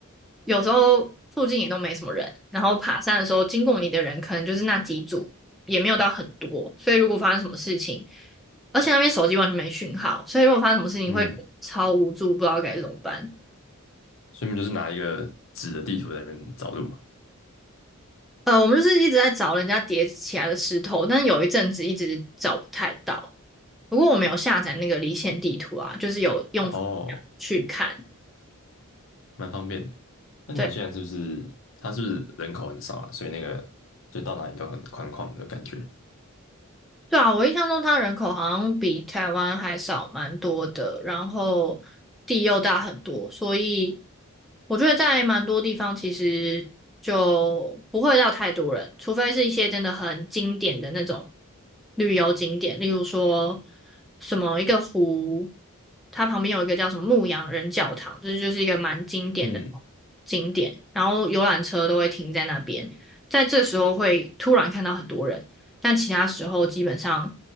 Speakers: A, in the centre; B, on the left.
A: 有时候附近也都没什么人，然后爬山的时候经过你的人可能就是那几组，也没有到很多，所以如果发生什么事情，而且那边手机完全没讯号，所以如果发生什么事情会超无助，
B: 嗯，
A: 不知道该怎么办。
B: 所以你就是拿一个纸的地图在那边找路嘛，
A: 呃，我们就是一直在找人家叠起来的石头，但是有一阵子一直找不太到。不过我们有下载那个离线地图啊，就是有用
B: 然后
A: 去看。
B: 蛮方便的。那纽西兰是不是它是不是人口很少啊？
A: 对。
B: 所以那个就到哪里都很宽旷的感觉。
A: 对啊，我印象中它人口好像比台湾还少蛮多的，然后地又大很多，所以我觉得在蛮多地方其实就不会到太多人，除非是一些真的很经典的那种旅游景点，例如说什么一个湖，它旁边有一个叫什么牧羊人教堂，这就是一个蛮经典的
B: 嗯
A: 景点，然后游览车都会停在那边，在这时候会突然看到很多人。但其他时候基本上